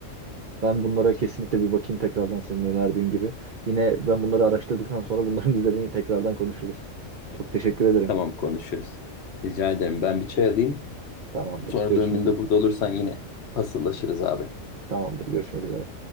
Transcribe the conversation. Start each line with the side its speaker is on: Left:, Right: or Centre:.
Right: Ben bunlara kesinlikle bir bakayım tekrardan senin önerdiğin gibi. Yine ben bunları araştırdıktan sonra bunların <laughs> üzerine tekrardan konuşuruz. Çok teşekkür ederim.
Left: Tamam konuşuruz. Rica ederim. Ben bir çay alayım.
Right: Tamamdır.
Left: Sonra
Right: Görüşmek
Left: döndüğümde
Right: üzere.
Left: burada olursan yine paslaşırız abi.
Right: Tamamdır. Görüşmek üzere.